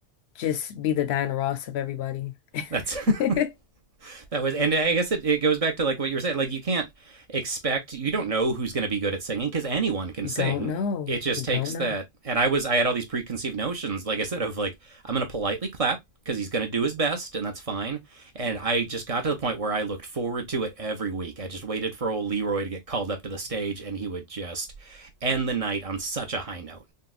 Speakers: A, on the left; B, on the right.
A: just be the Diana Ross of everybody.
B: that's
A: <laughs>
B: <laughs> that was and i guess it, it goes back to like what you were saying like you can't expect you don't know who's going to be good at singing because anyone can
A: You
B: sing
A: don't know.
B: it just
A: You don't
B: takes
A: know.
B: that and i was i had all these preconceived notions like i said of like i'm going to politely clap because he's going to do his best and that's fine and i just got to the point where i looked forward to it every week i just waited for old leroy to get called up to the stage and he would just end the night on such a high note